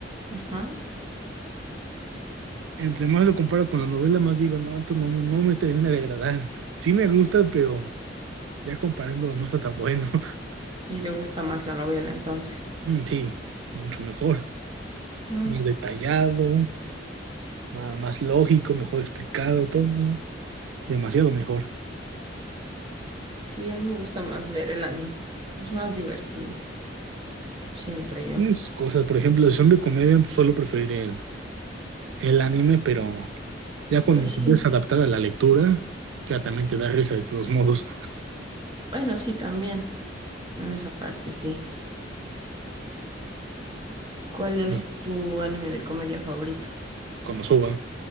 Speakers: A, on the right (about 25°); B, on the right (about 85°).
A: ajá.
B: entre más lo comparo con la novela, más digo, no, esto no, me- no me termina de agradar. Sí me gusta, pero ya comparándolo no está tan bueno. <laughs>
A: Y te gusta más la novela, entonces.
B: Mm, Sí, mucho mejor,
A: Mm,
B: más detallado. ma- más, lógico, mejor explicado, todo, ¿no? Demasiado mejor.
A: sí, a mí me gusta más ver el anime. Es más divertido, siento yo.
B: Tienes cosas, por ejemplo, si son de comedia, pues, suelo preferir el, el anime, pero ya cuando
A: Pues
B: te
A: sí,
B: empiezas a adaptar a la lectura, ya también te da risa de todos modos,
A: bueno, sí, también. En esa parte, sí. ¿Cuál es
B: ¿no?
A: tu anime de comedia favorito?
B: con Osoba.